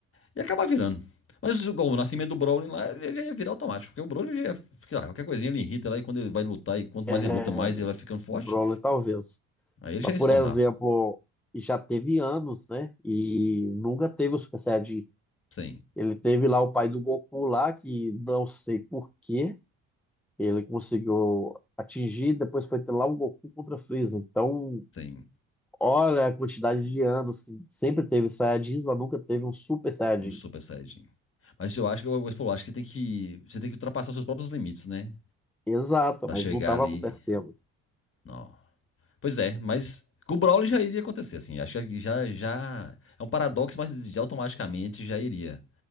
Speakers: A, on the left; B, in the centre.
A: ia acabar virando. Mas igual o nascimento do Broly lá, ele já ia virar automático, porque o Broly já ia, sei lá, qualquer coisinha ele irrita lá e quando ele vai lutar, e quanto mais
B: É,
A: ele luta, mais ele vai ficando forte.
B: Broly talvez.
A: Aí ele
B: Mas,
A: já ia
B: por
A: se tornar,
B: exemplo, já teve anos, né? E nunca teve o Super Saiyajin.
A: sem,
B: Ele teve lá o pai do Goku lá, que não sei por quê, ele conseguiu atingir, depois foi ter lá o Goku contra Freeza. Então,
A: sem
B: Olha a quantidade de anos que sempre teve Saiyajins, mas nunca teve um Super Saiyajin.
A: um Super Saiyajin. Mas eu acho que, como você falou, acho que tem que, você tem que ultrapassar os seus próprios limites, né?
B: Exato,
A: Pra
B: mas
A: chegar
B: não estava
A: ali.
B: acontecendo.
A: Não. Pois é, mas com o Brawley já iria acontecer, assim. Acho que já, já é um paradoxo, mas já automaticamente já iria.